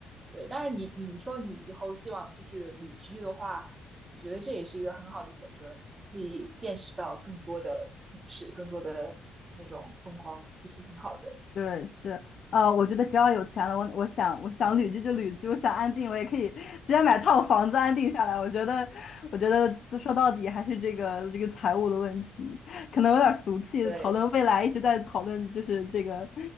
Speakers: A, on the right (about 30°); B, on the left (about 55°).
A: 对，当然你你说你以后希望就是旅居的话，我觉得这也是一个很好的选择，你可以见识到更多的城市，更多的那种风光，也是挺好的。
B: 对，是，呃，我觉得只要有钱了，我我想我想旅居就旅居，我想安定，我也可以直接买套房子安定下来。我觉得，我觉得说到底还是这个这个财务的问题，可能有点俗气，
A: 对。
B: 讨论未来一直在讨论就是这个，